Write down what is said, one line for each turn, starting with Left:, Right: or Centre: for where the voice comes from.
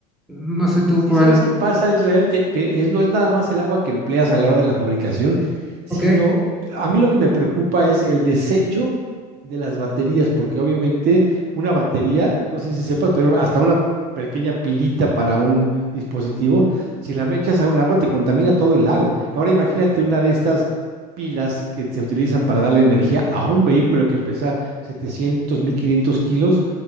Centre: No sé tú
Right: Sí,
Centre: cuál.
Right: ¿sabes qué pasa, Israel? Que, que es, no es nada más el agua que empleas a la hora de la fabricación, sino
Centre: Ok.
Right: a mí lo que me preocupa es el desecho de las baterías, porque obviamente una batería, no sé si sepas, pero hasta una pequeña pilita para un dispositivo, si la me echas a un lago, te contamina todo el lago. Ahora imagínate una de estas pilas que se utilizan para darle energía a un vehículo que pesa 700, 1500 kilos,